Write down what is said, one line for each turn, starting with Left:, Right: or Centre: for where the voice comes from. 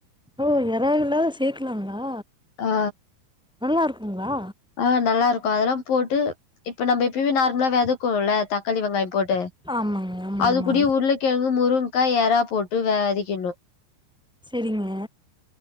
Centre: ஓ எறால்ல சேக்கலாம்ங்களா
Left: ஆ
Centre: நல்லா இருக்கும்ங்களா
Left: ஆ நல்லா இருக்கும் அதெல்லாம் போட்டு இப்ப நம்ம எப்புயுமே நார்மலா வெதக்கவோ ல்ல தக்காளி வெங்காயம் போட்டு
Centre: ஆமாங்க ஆமா
Left: அது
Centre: ஆமா
Left: கூடிய உருளகெழங்கே றம் முருங்க்கா ஏறா போட்டு வதிக்கனும்
Centre: செரிங்க